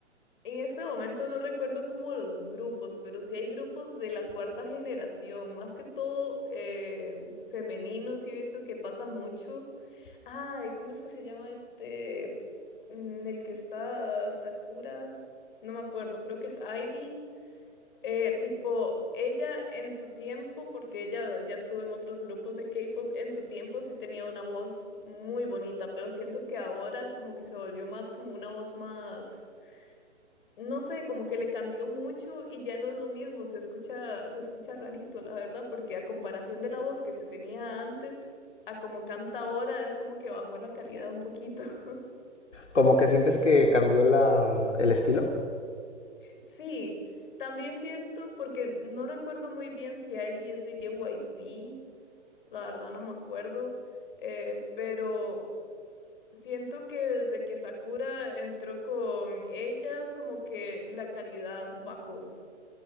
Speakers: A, on the left (about 45°); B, on the left (about 75°).
A: en ese momento no recuerdo como los grupos, pero sí hay grupos de la cuarta generación, más que todo em, femeninos, sí he visto que pasa mucho Ay, ¿cómo es que se llama este en el que está Sakura? No me acuerdo, creo que es Ivy. Eh, tipo, ella en su tiempo, porque ella ya estuvo en otros grupos de K-pop, en su tiempo sí tenía una voz muy bonita, pero siento que ahora como que se volvió más como una voz más no sé, como que le cambió mucho y ya no es lo mismo, se escucha, se escucha rarito, la verdad, porque a comparación de la voz que se tenía antes, a como canta ahora, es como que bajó la calidad un poquito. <laughs>
B: Como que sientes que cambió la, el estilo.
A: Sí, también cierto, porque no recuerdo muy bien si Ivy es de JYP, la verdad no me acuerdo, eh, pero siento que desde que Sakura entró con ellas, como que la calidad bajó.